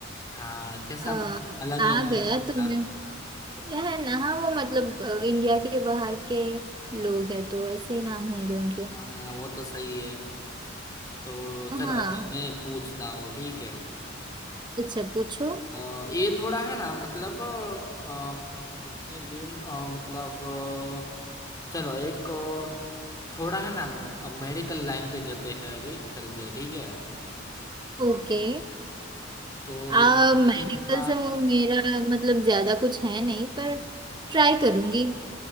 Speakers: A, on the left; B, on the right.
A: हाँ कैसा
B: आ,
A: मतलब अलग
B: आ
A: ही नाम
B: गया
A: है इसका
B: तुमने है ना हाँ वो मतलब अ, इंडिया के बाहर के लोग हैं तो ऐसे ही नाम होंगे उनके
A: हाँ वो तो सही है तो
B: हाँ
A: चलो अभी मैं पूछता हूँ ठीक है
B: अच्छा पूछो
A: अ, ये थोड़ा है ना मतलब अ, कितने दिन अ, मतलब अ, चलो एक और थोड़ा है ना मेडिकल लाइन पे जाते हैं अभी चलते हैं ठीक है
B: ओके
A: तो
B: आ,
A: एक क्वेश्चन
B: मेडिकल
A: का
B: से मु- मेरा मतलब ज्यादा कुछ है नहीं पर ट्राई करूंगी